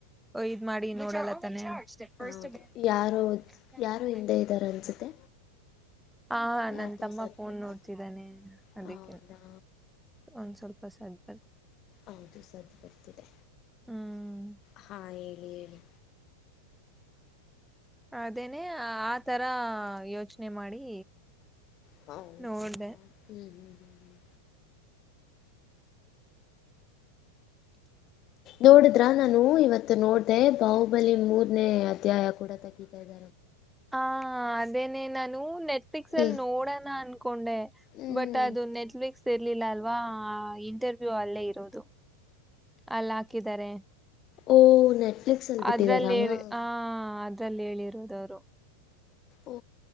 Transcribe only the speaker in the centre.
ಇದ್ ಮಾಡಿ ನೋಡಲ್ಲ ತಾನೆ ಅ
ಹಾ ನನ್
ತಮ್ಮ
ಫೋನ್
ನೋಡ್ತಿದ್ದಾನೆ ಅದಕ್ಕೆ
ಒಂದ್ ಸ್ವಲ್ಪ ಸಧ್ಯ
ಹ್ಮ್
ಅದೇನೆ ಆತರ ಯೋಚನೆ ಮಾಡಿ
ನೋಡ್ದೆ
<unintelligible>
ಹ ಅದೇನೆ ನಾನು ನ ನೆಟ್ಫ್ಲಿಕ್ಸ್
ಅಲ್ಲಿ ನೋಡೋಣ ಅನ್ಕೊಂಡೆ
ಬಟ್ ಅದು ನೆಟ್ಫಕ್ಸ್ ಇರ್ಲಿಲ್ಲ ಅಲ್ವಾ ಹ ಇಂಟರ್ವ್ಯೂ ಅಲ್ಲೇ ಇರೋದು ಅಲ್ಲ ಹಾಕಿದ್ದಾರೆ
ಅದ್ರಲ್ಲಿ ಹ ಲ್ಲಿ ಹೇಳಿರೋದವರು